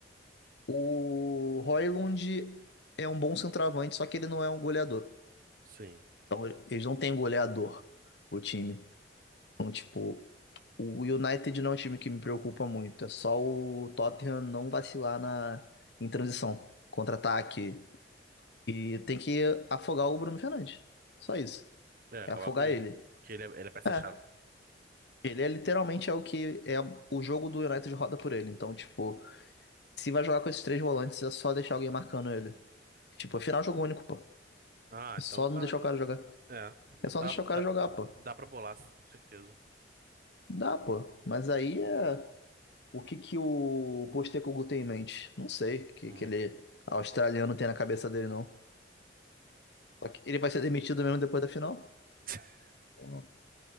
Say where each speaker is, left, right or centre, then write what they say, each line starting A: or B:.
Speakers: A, on the left (about 65°); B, on the right (about 50°).
A: O Højlund é um bom centroavante, só que ele não é um goleador.
B: sim.
A: Então, eles não têm goleador, o time. Então, tipo, o United não é um time que me preocupa muito. É só o Tottenham não vacilar na, em transição, contra-ataque. E tem que afogar o Bruno Fernandes. Só isso.
B: É, acabar
A: É afogar
B: com ele.
A: ele.
B: Porque ele é, ele é peça-chave.
A: É. Ele é literalmente é o que é o jogo do United roda por ele. Então, tipo,
B: Uhum.
A: se vai jogar com esses três volantes, é só deixar alguém marcando ele. Tipo, afinal, é final jogo único, pô.
B: Ah,
A: É
B: então
A: só
B: tá.
A: não deixar
B: tran-
A: o cara jogar.
B: É.
A: É só
B: Dá,
A: não deixar o cara
B: dá,
A: jogar, pô.
B: dá pra bolar, com certeza.
A: Dá, pô. Mas aí é. O que que o Postecoglou tem em mente? Não sei o que
B: Hum.
A: que ele australiano tem na cabeça dele, não. Só que ele vai ser demitido mesmo depois da final?
B: <laughs>
A: Não.